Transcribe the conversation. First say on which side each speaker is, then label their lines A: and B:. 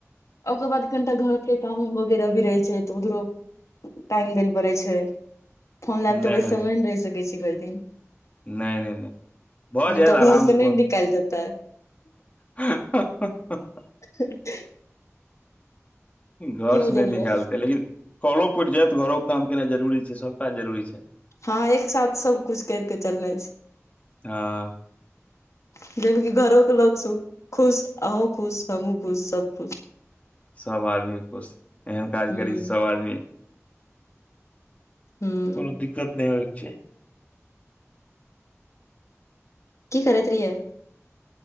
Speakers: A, on the left; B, on the left.
A: ओकर बाद कनिटा घर के काम वगैरह भी रहै छै तऽ उधरो टाइम दै ल पड़ैत छै फोन लए क
B: नहि
A: तऽ बैसल
B: नहि
A: नय ने रहि सकैत छी भरि दिन।
B: नहि नहि नहि भऽ
A: नहि
B: जायत
A: त
B: आराम
A: घर स
B: से
A: नहि निकालि देतय।
B: आंह हा हा हा
A: हठ हीं
B: घर
A: की
B: से
A: बुझलियै
B: नहि निकालतै लेकिन कलो पुरि जायत घरोे काम केनाइ जरूरी छै सब काज जरूरी छै।
A: हँ एक साथ सब कुछ कैर के चलनाइ छै।
B: हॅंऽ।
A: खालि जामे कि घरो के लोग सब खुश अहूँ खुश हमू खुश सब खुश।
B: सब आदमी खुश एहन काज
A: हूँ
B: करी जे सब आदमी
A: हूँ
B: कोनो दिक्कत नहि होइ चाही।
A: की करैत रहियै?